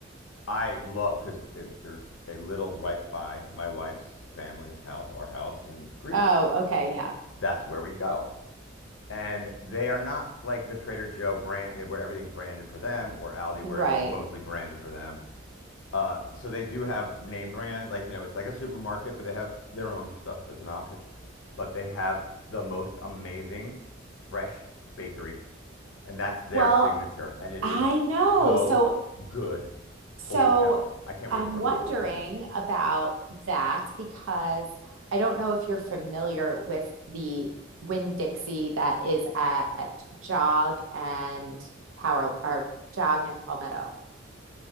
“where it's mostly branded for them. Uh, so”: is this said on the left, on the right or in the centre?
Left